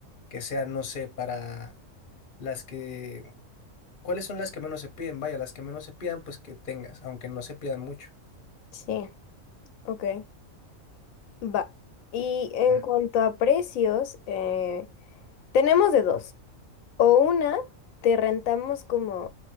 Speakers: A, on the left (about 45°); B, on the left (about 80°).
A: que sea, no sé, para las que, ¿cuáles son las que menos se piden? Vaya, las que menos se pidan, pues que tengas, aunque no se pidan mucho.
B: sí, ok. Va. Y en
A: Va.
B: cuanto a precios, eh, Tenemos de dos. O una, te rentamos como